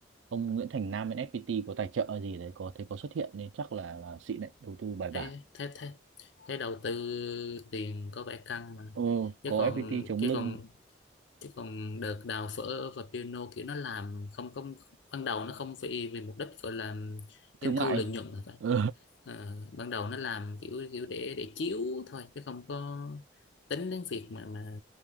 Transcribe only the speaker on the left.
thế thế thế thế đầu tư tiền có vẻ căng mà
chứ
còn
chứ
còn chứ còn đợt đào phở và piano kiểu nó làm không không ban đầu nó không vì vì mục đích gọi là
doanh
thu lợi nhuận rồi phải
Ờ, ban đầu nó làm kiểu kiểu để để chiếu thôi chứ không có tính đến việc mà mà